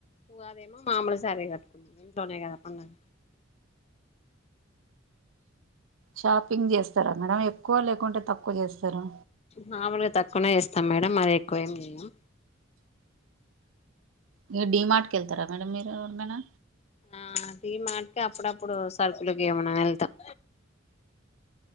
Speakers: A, on the left; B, on the right.
A: ఉగాదేమో మామూలుసారి కట్టుకున్నా ఇంట్లోనే కదా పండగ
B: షాపింగ్ చేస్తారా మేడం ఎక్కువ లేకుంటే తక్కువ చేస్తారా
A: మామలుగా తక్కువనే చేస్తాం మేడం మరి ఎక్కువేమి చేయం
B: ఇగ డి మార్ట్ కెల్తారా మేడం మీరు ఎప్పుడైనా
A: ఆ అది మాటికే అప్పుడప్పుడు సరుకులకి ఏమన్నా వెళ్తాం